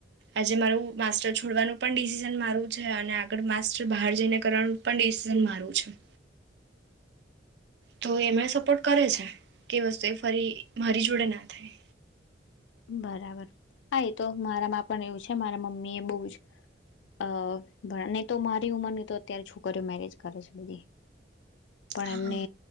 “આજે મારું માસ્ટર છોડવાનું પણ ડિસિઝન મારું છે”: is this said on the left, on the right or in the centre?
Right